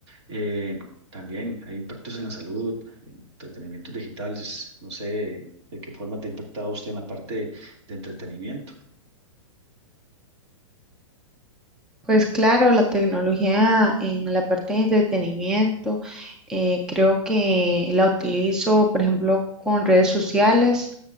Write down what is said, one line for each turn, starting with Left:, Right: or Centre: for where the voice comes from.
Right: Eh, también hay impactos en la salud, en entretenimientos digitales, no sé de qué forma te ha impactado usted en la parte de entretenimiento.
Centre: Pues claro, la tecnología en la parte de entretenimiento, eh, creo que la utilizo, por ejemplo, con redes sociales,